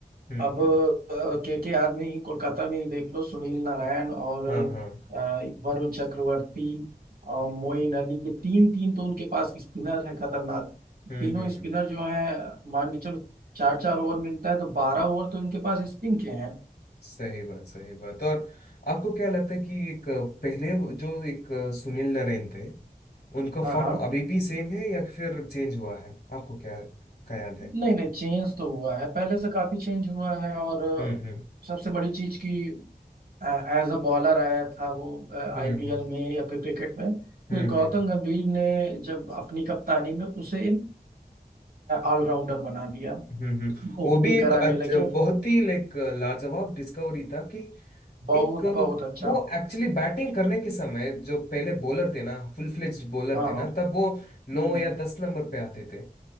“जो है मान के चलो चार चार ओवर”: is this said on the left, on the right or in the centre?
Right